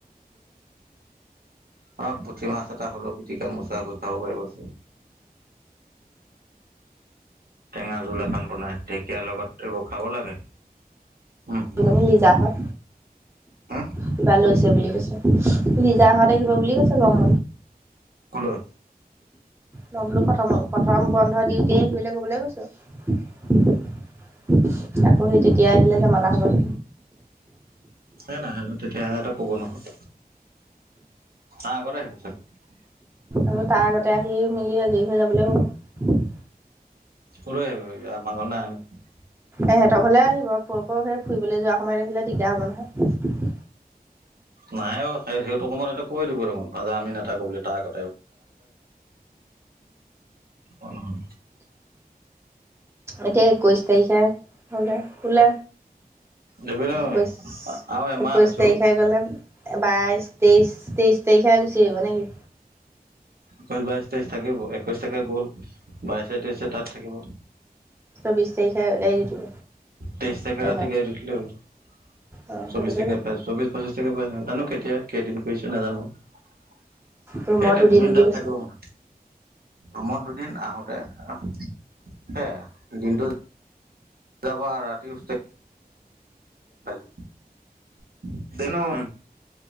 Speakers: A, on the right; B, on the right.
A: পাতক পুঠি মাছ এটা হলেও পিটিকা মোচাকৈ খাব পাৰিব যেহ টেঙা জোল এখন বনাই ঢেকীয়াৰ লগত এইবোৰ খাব লাগে। উম
B: আহিবনি
A: উম
B: লিজাহঁত,
A: উম
B: কিবা লৈছে বুলি কৈছে। লিজাহঁত আহিব বুলি কৈছে গম বন্ধত
A: কলৈ?
B: ন বলো প্ৰথম প্ৰথম বন্ধ দিউতে আহিব কবলৈ কৈছো আকৌ সি তেতিয়া আহিলে মাল হব
A: এ নাহে নহ কেতিয়া আহে কব নহয় তাৰ আগত আহিব চাগে উ
B: আৰু তাৰ আগতে আহি মিলি আজৰি হৈ যাবলৈ ক'ব
A: কলৈ আহিব ই, আমাৰ ঘৰলে নাহে নহয়।
B: এহেঁতৰ ঘৰলে আহিব ফ ফ ফুৰিবলৈ যোৱা সময়ত আহিলে দিগদাৰ হব নহয়।
A: নাহে ঔ সেইটো সময়ত কৈ দিব দেখোন আজ যে আমি নেতাকো বুলি তাৰ <unintelligible> <inaudible> অওম
B: এতিয়া একৈশ তাৰিখে হলে, বোলে
A: দেবেন ঐ
B: একৈশ,
A: আৰু এমাহ
B: একৈশ
A: আছো
B: তাৰিখে গ'লে বাইশ তেইশ তেইশ তাৰিখে গুচি দিব নেকি?
A: একৈশ বাইশ তেইশ থাকিব একৈশ তাকে গ'ল, বাইশে তেইশে তাত থাকিব।
B: চৌবিশ তাৰিখে গাড়ী দি থব
A: তেইশ তাৰিখে
B: ট্ৰেইনত
A: ৰাতিকে দি দিলে হৈ গল
B: অ
A: চৌবিশ
B: সেইটোকে
A: তাৰিখে চৌবিশ পঁচিছ <unintelligible> জানো কেতিয়া কেইদিন কৰিছে নাজানো সে
B: ৰুমৰ
A: নাই দুদিন
B: বুলি
A: তাত
B: কৈছে
A: থাকিম ম ৰুমত দুদিন আহোতে অহ হে, দিনটো যাব ৰাতি <unintelligible> <unintelligible>